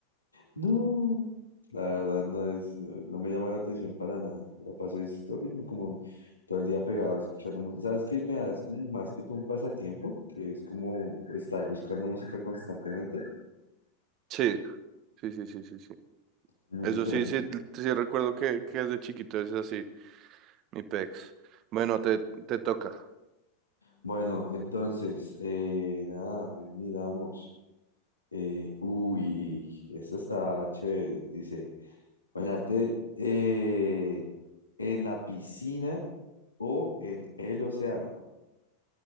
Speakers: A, on the left; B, on the right.
A: No, la verdad no es, no, no me llama la atención para nada. Me la paso es lo mismo, como todo el día pegado escuchando música. ¿Sabes qué me da? Es como más que todo un pasatiempo, que es como estar buscando música constantemente.
B: Sí, sí, sí, sí, sí, sí.
A: Muy
B: Eso
A: diferente.
B: sí, sí, sí recuerdo que, que desde chiquito es así, mi pex. Bueno, te, te toca,
A: Bueno, entonces, eh, nada, a ver, miramos. Eh, uy, esta está chévere. Dice, bañarte eh, en la piscina o en el océano.